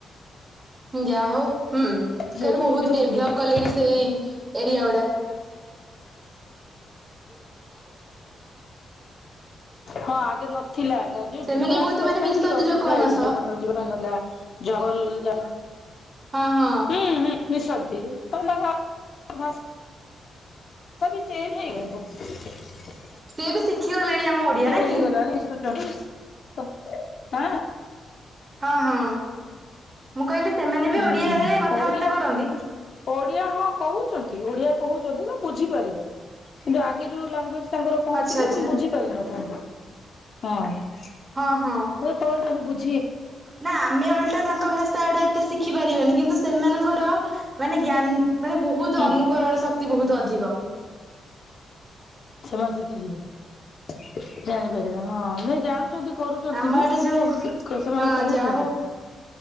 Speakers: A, on the right (about 25°); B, on the left (about 50°).
A: କି ଯାହା ହଉ ହୁଁ
B: ସେଇଠୁ
A: ସର ବହୁତ
B: ସୁବିଧା
A: ଡେଭଲପ୍
B: ହେଇଯାଇଛି
A: କଲେଣି ସେଇ ଏରିଆ ଗୁଡା ହଁ <inaudible> <inaudible>
B: ହଁ ଆଗେ ନ ଥିଲା ଯୋଉ
A: ସେମାନେ
B: ଯିବା
A: ବହୁତ
B: ଆସିବା
A: ମାନେ
B: ପାଇଁ
A: ମିଶନ୍ତି
B: ଟିକେ ଅସୁବିଧା
A: ଲୋକମାନଙ୍କ
B: ହେଇ ଟିକ
A: ସହ
B: ମୋଟର ଯିବା ପାଇଁ ନେଲା ଜଙ୍ଗଲ ଜାଗା
A: ହଁ ହଁ
B: ହୁଁ ହୁଁ ମିଶନ୍ତି ତା ଭାଷା ତଥାପି ଚେଞ୍ଜ ହେଇଗଲ।
A: ସିଏ ବି ଶିଖି ଗଲେଣି ଆମ ଓଡିଆ ନା
B: ହେଇଗଲାଣି
A: କି?
B: <unintelligible> ଆଁ ଆଁ
A: ହଁ ହଁ ଅଁ ମୁଁ କହିଲି ସେମାନେ ବି
B: ହୁଁ
A: ଓଡିଆରେ କଥାବାର୍ତ୍ତା
B: ଓଡିଆ
A: କରନ୍ତି?
B: ଓଡିଆ ହଁ କହୁଚନ୍ତି ଓଡିଆ କହୁଛନ୍ତି ତ ବୁଝିପାରିବ। କିନ୍ତୁ ଆଗେ ଯୋଉ ଲାଙ୍ଗୁଏଜ ତାଙ୍କର କହୁଥିଲେ
A: ଆଚ୍ଛା ଆଚ୍ଛା
B: ତମେ ବୁଝି ପାରିନଥାନ୍ତ। ହଁ।
A: ହଁ ହଁ।
B: ମୁଁ କହୁଥିଲି ବୁଝ
A: ନା ଆମେ ଓଲଟା ତାଙ୍କ ଭାଷା ଗୁଡା ଏତେ ଶିଖ ଶିଖି ପାରିବାନି। କିନ୍ତୁ ସେମାନଙ୍କର ମାନେ ଜ୍ଞାନ ମାନେ ବହୁତ
B: ହୁଁ।
A: ଅନୁକରଣ ଶକ୍ କ୍ତି ବହୁତ ଅଧିକ।
B: ସେମାନେ ଶିଖିଯିବେ। ଜାଣିପାରିବେ ହଁ ନାଇଁ ଜାଣୁଚନ୍ତି କରୁଚନ୍ତି
A: ଆମ
B: ବି
A: ଏଠି ଯୋଉ
B: ଠିକ୍ କି ସେମାନେ
A: ହଁ
B: କହୁଛନ୍ତି।
A: ଯା ହଉ